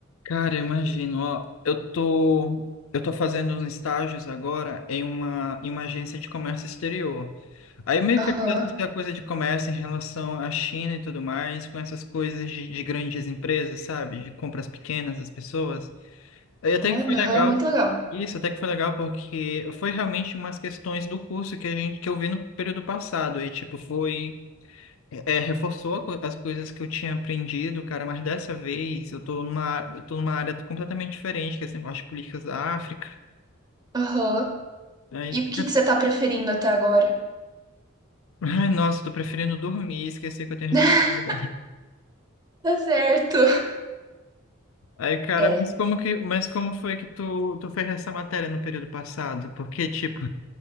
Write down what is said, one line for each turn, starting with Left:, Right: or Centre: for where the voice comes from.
Left: Cara, eu imagino, ó, eu tô, eu tô fazendo uns estágios agora em uma, em uma agência de comércio exterior. Aí meio
Right: Aham.
Left: que eu sei da coisa de comércio em relação à China e tudo mais, com essas coisas de, de grandes empresas, sabe? De compras pequenas das pessoas. Aí até
Right: Foda,
Left: que foi legal,
Right: aham, muito
Left: pô.
Right: legal.
Left: isso, até que foi legal porque foi realmente umas questões do curso que a gente, que eu vi no período passado. E tipo, foi É, reforçou a co- as coisas que eu tinha aprendido, cara, mas dessa vez eu tô numa, eu tô numa área completamente diferente, que é esse negócio de políticas da África.
Right: Aham.
Left: Aí,
Right: E o que
Left: <laughs>
Right: que você tá preferindo até agora?
Left: ai, nossa, tô preferindo dormir e esquecer que eu tenho responsabilidade.
Right: <laughs> Tá certo.
Left: Aí, cara,
Right: É.
Left: mas como que, mas como foi que tu, tu fez essa matéria no período passado? Porque, tipo,